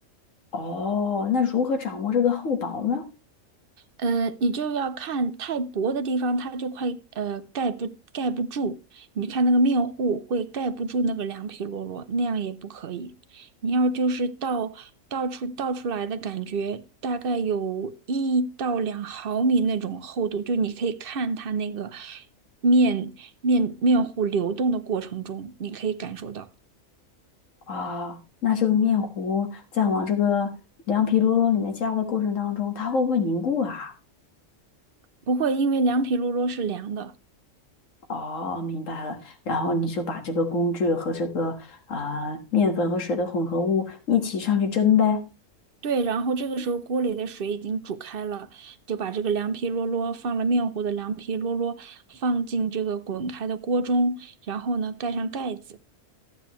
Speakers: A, on the left; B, on the right.
A: 哦，那如何掌握这个厚薄呢？
B: 呃，你就要看太薄的地方，它就快呃盖不盖不住。你看那个面糊会盖不住那个凉皮罗罗，那样也不可以。你要就是倒倒出倒出来的感觉，大概有一到两毫米那种厚度，就你可以看它那个面面面糊流动的过程中，你可以感受到，
A: 啊，那这个面糊在往这个凉皮啰啰里面加的过程当中，它会不会凝固啊？
B: 不会因为凉皮罗罗是凉的。
A: 哦，明白了。然后你就把这个工具和这个呃面粉和水的混合物一起上去蒸呗。
B: 对，然后这个时候锅里的水已经煮开了，就把这个凉皮啰啰放了面糊的凉皮啰啰放进这个滚开的锅中，然后呢盖上盖子，